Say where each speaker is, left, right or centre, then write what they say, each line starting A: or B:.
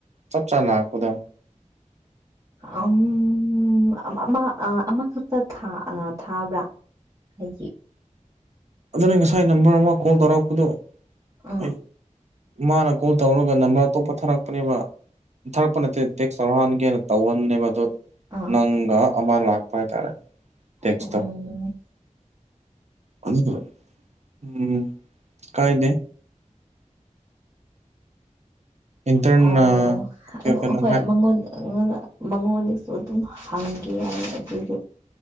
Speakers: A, on the right; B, on the right.
A: ꯆꯞ ꯆꯥ ꯂꯥꯛꯄꯗꯣ
B: <unintelligible> ꯑꯃ ꯑꯃ ꯑ ꯑꯃꯈꯛꯇ ꯊꯥ ꯊꯥꯕ꯭ꯔꯥ ꯑꯩꯒꯤ
A: ꯑꯗꯨꯅ ꯉꯁꯥꯏ ꯅꯝꯕꯔ ꯑꯃ ꯀꯣꯜ ꯇꯧꯔꯛꯄꯗꯣ
B: ꯑꯥ
A: ꯑꯩ ꯏꯃꯥꯅ ꯀꯣꯜ ꯇꯧꯔꯒ ꯅꯝꯕꯔ ꯑꯇꯣꯞꯄ ꯊꯥꯔꯛꯄꯅꯦꯕ ꯊꯥꯔꯛꯄ ꯅꯠꯇꯦ ꯇꯦꯛꯁ ꯇꯧꯔꯛꯍꯟꯒꯦꯅ ꯇꯧꯍꯟꯕꯅꯦꯕ ꯑꯗꯣ
B: ꯑꯥ
A: ꯅꯪꯒ ꯑꯃꯥ ꯂꯥꯛꯄ ꯍꯥꯏꯇꯥꯔꯦ ꯇꯦꯛꯁꯇꯣ
B: ꯎꯝ
A: <inaudible> ꯎꯝ ꯀꯥꯏꯗꯦ ꯏꯟꯇꯔꯟ
B: ꯑꯣ
A: ꯑꯣꯀꯦ
B: <inaudible>
A: ꯑꯣꯀꯦ ꯅꯪ
B: ꯑꯩꯉꯣꯟꯗ ꯃꯉꯣꯟꯗꯁꯨ ꯑꯗꯨꯝ ꯍꯪꯒꯦ ꯍꯥꯏ ꯑꯗꯨꯖꯨ